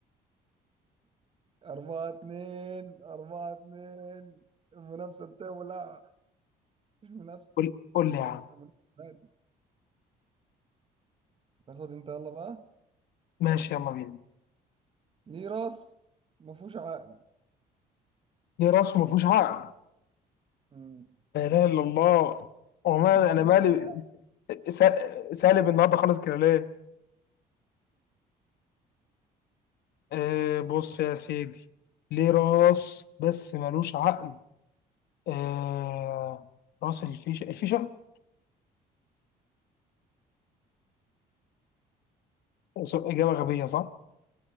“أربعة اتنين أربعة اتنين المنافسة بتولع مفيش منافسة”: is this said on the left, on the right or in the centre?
Right